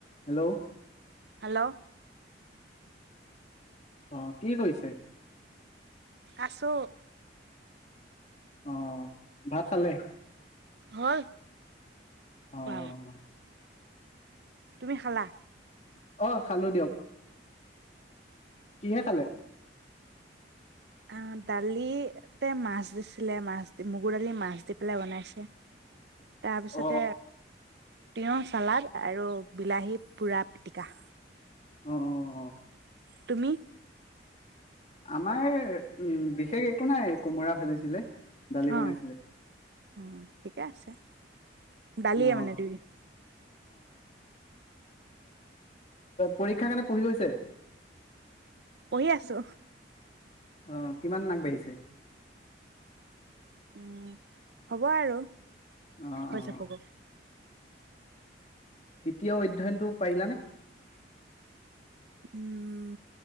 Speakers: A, on the left; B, on the right.
A: Hello
B: hello
A: অ', কি কৰিছে?
B: আছো।
A: অ', ভাত খালে?
B: হ'ল
A: অহ
B: খোৱা বোৱা তুমি খালা?
A: অ', খালো দিয়ক। কিহে খালে?
B: আ, দালিতে মাছ দিছিলে, মাছ মগুৰ দালি, মাছ দি পেলাই বনাইছে। তাৰপিছতে
A: অ
B: তিয়ঁহ, চালাড আৰু বিলাহী পোৰা পিটিকা।
A: অ', অ', অ'।
B: তুমি?
A: আমাৰ উম, বিশেষ একো নাই কোমোৰা ভাজিছিলে। দালি বনাইছিলে
B: অ', অ', ঠিকে আছে দালিয়ে
A: অ
B: মানে দুই
A: পৰীক্ষা কেনে পঢ়ি হৈছে?
B: পঢ়ি আছো
A: অহ, কিমান আগবাঢ়িছে?
B: উম, হ'ব আৰু।
A: অ',
B: হৈ
A: অ',
B: যাবগৈ
A: অ'। তেতিয়া অধ্যয়নটো পাৰিলানে?
B: উম,